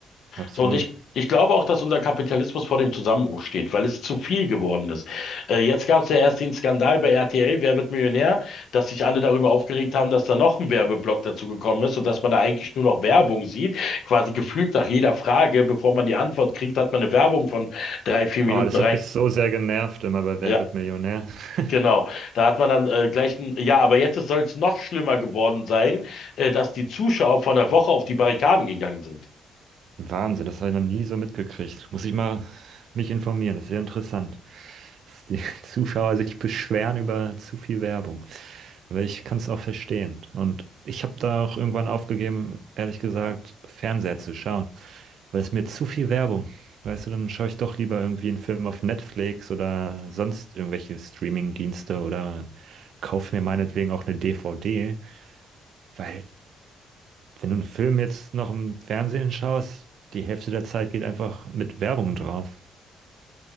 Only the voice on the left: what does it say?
So, und ich, ich glaube auch, dass unser Kapitalismus vor dem Zusammenbruch steht, weil es zu viel geworden ist. Äh, jetzt gab es ja erst den Skandal bei RTL, Wer wird Millionär, dass sich alle darüber aufgeregt haben, dass da noch ein Werbeblock dazu gekommen ist und dass man da eigentlich nur noch Werbung sieht. Quasi gefühlt nach jeder Frage, bevor man die Antwort kriegt, hat man eine Werbung von drei, vier Minuten
rein.
Ja.
Genau, da hat man dann äh, gleich ein, ja, aber jetzt soll es noch schlimmer geworden sein, äh, dass die Zuschauer vor einer Woche auf die Barrikaden gegangen sind.